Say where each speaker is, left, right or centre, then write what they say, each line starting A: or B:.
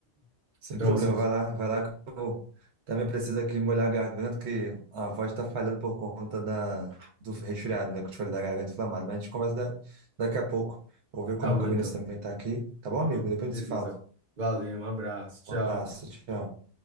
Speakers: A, on the right; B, on the right.
A: Sem
B: Então,
A: problema.
B: é um assunto.
A: Vai lá, vai lá que eu também preciso aqui molhar a garganta, que a voz está falhando por conta da, do resfriado, né? Que eu te falei da garganta inflamada. Mas a gente conversa da- daqui a pouco. Vou ver
B: Tá
A: como
B: bom,
A: que o
B: então.
A: Benício também está aqui. Tá bom, amigo? Depois a
B: Beleza.
A: gente se fala.
B: Valeu, um abraço. Tchau.
A: Um abraço, tchau.